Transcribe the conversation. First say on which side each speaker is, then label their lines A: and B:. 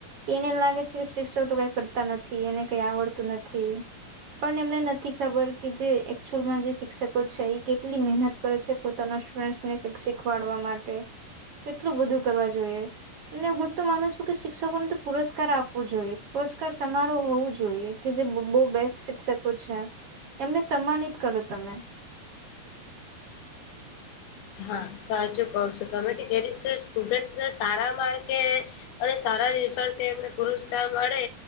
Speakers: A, on the right; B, on the left.
A: એને એમ લાગે છે કે શિક્ષકો તો કઈ કરતા નથી એને કઈ આવડતું નથી. પણ એમને નથી ખબર કે જે એકચુઅલમાં જે શિક્ષકો છે એ કેટલી મહેનત. કરે છે પોતાના સ્ટડને કક શીખવાડવા માટે કેટલું બધું કરવા જોઈએ. અને હું તો માનું છું કે શિક્ષકોને તો પુરસ્કાર આપવો જોઈએ પુરસ્કાર સમારોહ હોવું જોઈએ. કે જે બહુ બેસ્ટ શિક્ષકો છે એમને સન્માનિત કરો તમે-
B: હા સાચું કવ છો તમે કે જે રીતે સ્ટુડન્ટને સારા માર્કે- અને સારા રઝ એમને પુરસ્કાર મળે